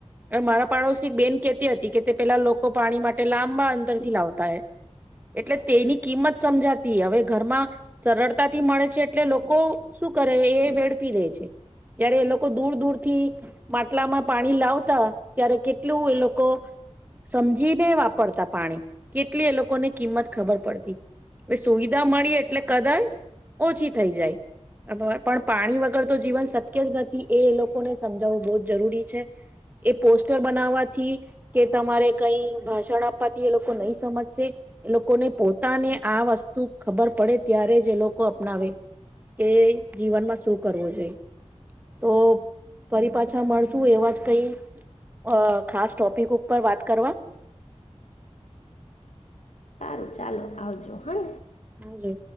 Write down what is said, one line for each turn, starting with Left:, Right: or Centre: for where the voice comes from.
Right: મારા પાડોશ બેન કેતી હતી કે તે પેલા લોકો પાણી માટે લાંબા અંતરથી લાવતા હય એટલે તેની કિંમત સમજાતી હવે ઘરમાં સરળતાથી મળે છે એટલે લોકો શું કરે એ વેડફી રે છે ત્યારે એ લોકો દૂર દૂર થી માટલામાં પાણી લાવતા ત્યારે કેટલું એ લોકો સમજીને વાપરતા પાણી કેટલી એ લોકોને કિંમત ખબર પડતી. સુવિધા મળી એટલે કદર ઓછી થઈ જાય. પણ પાણી વગર તો જીવન શક્ય જ નથી એ લોક કોને સમજાવવું બહુ જરૂરી છે. એ પોસ્ટર બનાવવાથી કે તમારે કઈ ભાષણ આપવાથી એ લોકો નહી સમજશે એ લોકોને પોતાને આ વસ્તુ ખબર પડે ત્યારે જ એ લોકો અપનાવે કે જીવનમાં શું કરવું જોઈ તો ફરી પાછા મળશું એવા જ કઈ અ ખાસ ટોપિક ઉપર વાત કરવા.
Left: સારું ચાલો આવજો. હને.
Right: હાલો.